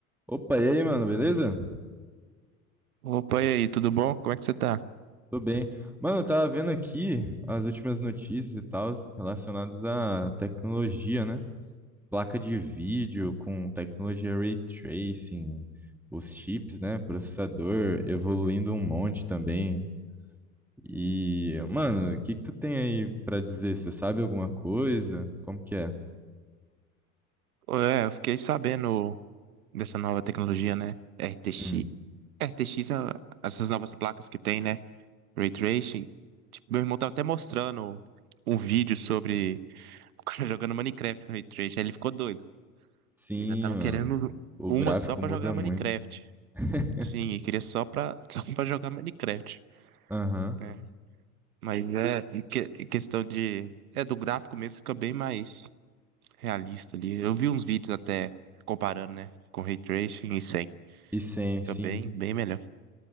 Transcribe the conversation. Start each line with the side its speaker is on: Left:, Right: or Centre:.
Centre: Opa, e aí, mano, beleza?
Right: Opa, e aí, tudo bom? Como é que você tá?
Centre: Tô bem. Mano, eu tava vendo aqui as últimas notícias e tal relacionadas à tecnologia, né? Placa de vídeo com tecnologia ray tracing, os chips, né? Processador evoluindo um monte também. E, mano, o que que tu tem aí pra dizer? Você sabe alguma coisa? Como que é?
Right: Ô, É, eu fiquei sabendo dessa nova tecnologia, né? RTX.
Centre: Hum.
Right: RTX, a- essas novas placas que tem, né? Ray Tracing. Tipo, meu irmão tava até mostrando um vídeo sobre o cara <laughs> jogando Minecraft com Ray Tracing. Aí ele ficou doido.
Centre: Sim,
Right: Ele já tava
Centre: mano.
Right: querendo
Centre: O
Right: uma
Centre: gráfico
Right: só pra
Centre: muda
Right: jogar
Centre: muito.
Right: Minecraft.
Centre: <laughs>
Right: Sim, ele queria só pra, <laughs> só pra jogar Minecraft,
Centre: Aham.
Right: né? Mas é, em que- em questão de. É, do gráfico mesmo fica bem mais. realista ali. Eu vi uns vídeos até comparando, né, com ray tracing e sem.
Centre: E sim,
Right: Fica
Centre: sim.
Right: bem, bem melhor.